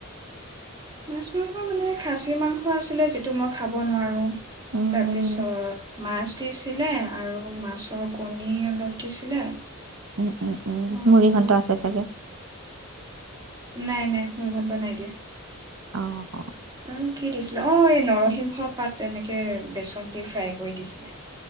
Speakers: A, on the right; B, on the right.
A: মাছ-মাংস মানে খাছী মাংস আছিলে যিটো মই খাব নোৱাৰোঁ।
B: উম,
A: তাৰপিছত মাছ দিছিলে আৰু মাছৰ কণী অলপ দিছিলে।
B: উম, উম, উম
A: আৰু
B: মুড়ি ঘণ্টা আছে চাগে।
A: নাই, নাই মুৰি ঘণ্টা নাই দিয়া।
B: অহ।
A: আৰু কি দিছিলে অ', এই নৰসিংহ পাত এনেকে বেচন দি ফ্ৰাই কৰি দিছিলে।